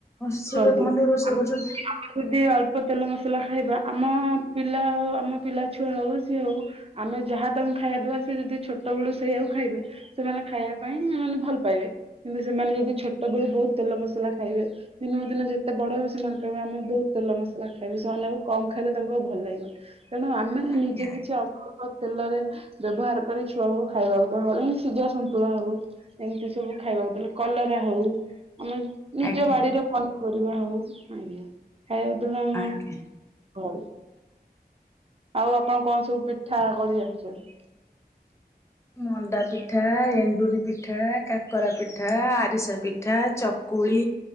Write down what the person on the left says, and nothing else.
ଶ୍ରୀ
ଲୋକ ମଣ୍ଡଳ ରୋଷେଇ
କରୁଛନ୍ତି।
ଆଜ୍ଞା
ଆଜ୍ଞା
ଆଜ୍ଞା
ଆଜ୍ଞା।
ମଣ୍ଡା ପିଠା ଏଣ୍ଡୁରି ପିଠା କାକରା ପିଠା ଆରିସା ପିଠା ଚକ୍ କୁଳି